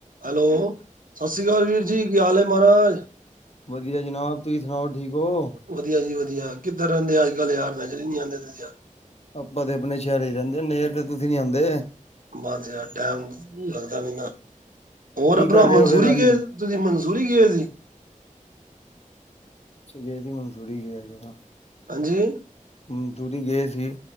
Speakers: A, on the right (about 80°); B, on the left (about 50°).
A: Hello, ਸਤਿ ਸ੍ਰੀ ਅਕਾਲ ਵੀਰ ਜੀ ਕੀ ਹਾਲ ਹੈਮਹਾਰਾਜ
B: ਵਧੀਆ ਜਨਾਬ ਤੁਸੀ ਸੁਣਾਓ ਠੀਕ ਹੋ।
A: ਵਧੀਆ ਜੀ ਵਧੀਆ ਕਿਧਰ ਰਹਿੰਦੇ ਅਜ -ਕਲ ਯਾਰ ਨਜ਼ਰਰੀ ਨੀ ਆਉਦੇਸੀ ਯ
B: ਆਪਾਂ ਤੇ ਆਪਣੇ ਸ਼ਹਿਰੇ ਰਹਿੰਦੇ ਆ ਨੇਰ ਤੇ ਤੁਸੀ ਨੀ ਆਉਦੇ
A: ਬਸ ਯਾਰ ਟਾਈਮ ਲੱਗਦਾ ਨ ਹੋਰ
B: ਕੀ
A: ਆਪਣਾ
B: ਕਰ ਰਹੇ
A: ਮਨਸੂਰੀ
B: ਹੋ ਫੇਰ ਅੱਜ?
A: ਤੁਸੀ ਮਨਸੁਰੀ ਕੀ ਗਏ ਹੋਏ ਸੀ।
B: ਇਹ ਵੀ ਮਨਸੁਰੀ ਗਿਆ ਸੀ ਨਾਲ
A: ਹਾਂਜੀ
B: ਹੂੰ ਮਨਸੁਰੀ ਗਏ ਸੀ।